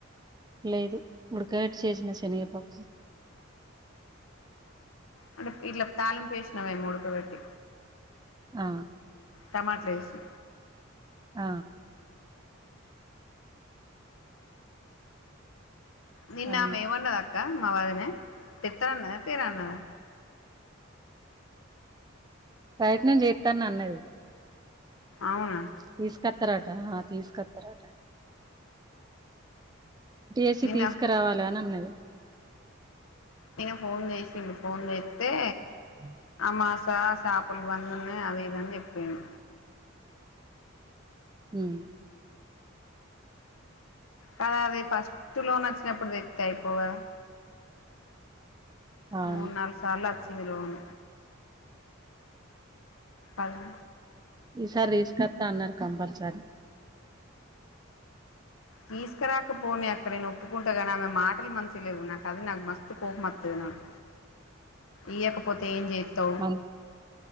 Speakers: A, on the right (about 20°); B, on the left (about 80°).
A: లేదు ఇప్పుడు కేట్ చేసిన సనగ పాప
B: అంట ఇట్లా తాలం పేషినమేముడుక పెటి
A: ఆ
B: టమాటలు వేసి
A: ఆ
B: నిన్న
A: అవును
B: ఆ మేమన్నా మవాదిన తిత్తన్నదా తీరాన్నదా
A: ప్రయత్నం చేస్తాను అన్నది
B: అవునా.
A: తీసుకత్తారట ఆహ్ తీసుకత్తారట. ఎసి
B: నిన్న
A: తీసుకురావాలి అని అన్నది.
B: నిన్న ఫోన్ చేసిండు ఫోన్ చేస్తే.
A: ఉమ్.
B: మాసా సబ్. పుల్ బంద్ ఉన్నాయి అది ఇది అని చెప్పు. ఉమ్.
A: ఉమ్.
B: కదా అది ఫస్ట్ లో నచ్చినప్పుడు తెస్తే అయిపోవు కదా.
A: అవును
B: మూడు నాలుగు సార్లు వచ్చు. సివలోన్ అదీ.
A: ఈసారి తీసుకొస్తా అన్నారు కంపల్సరీ.
B: తీసుకురాకపోని అక్కడ నేను ఒప్పుకుంటా కాని ఆమె మాటలు మంచిగ లేవు. నాకు అది నాకు మస్తు కోపం వస్తాదీ. నాకు ఇయ్యకపోతే ఏం చేత్
A: మన్